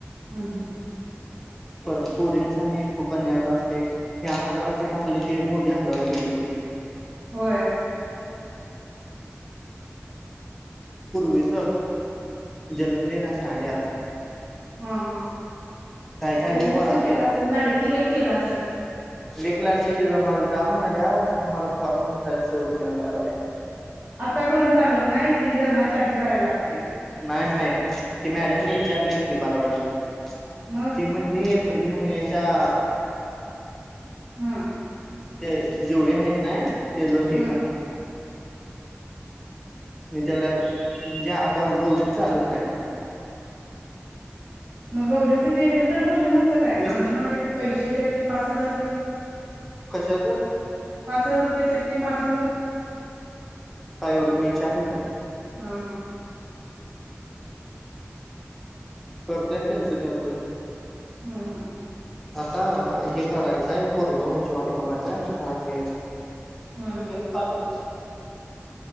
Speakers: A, on the right; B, in the centre.
A: हम्म हम्म
B: पर सुरीन झाली सुकंन्या चा असते की हजार रुपये टाकले की मोदी हजार रूपये देते.
A: ओय
B: पूर्वीज जलमलेल आणि आल्यात
A: अ ह
B: काय काय
A: ते
B: लय गोळा
A: हे बी केल
B: केल्यात.
A: असेल लाडीक किलेक केला असल.
B: लेक लाडकी तीज माल जा म्हणाल्या खर माला फॉरम भरायल सवड नाय
A: आत्ता करून चालत नाय ते जलमाच्या आधी करायलात.
B: नाय नाय ती मॅडमने विचारले की बालवाडी <inaudible>
A: मग
B: ते म्हणले एप्रिल महिन्याच्या
A: हम्
B: तेय जेवढे आहेत ना ते ज
A: हम्म
B: हे त मा मी त्याला जे आता उगवती चालत नाय
A: म गोरीच हे जे तर भरल नव्हत काय
B: वीस
A: आंगणवाडीचे पैशे ते ते पाच हजार रुपय
B: कशाच
A: पाच रुपय चे ते मात्र
B: काय एवढ मी इचारल ना
A: हा हा
B: करत्यात त्यांच त्यांच
A: हम् हम्
B: आता हे करायचय पोरग व्हायची वाट बाघाच राण घ्याच उन्याइ
A: हम्म हम्म
B: पाच वर्षे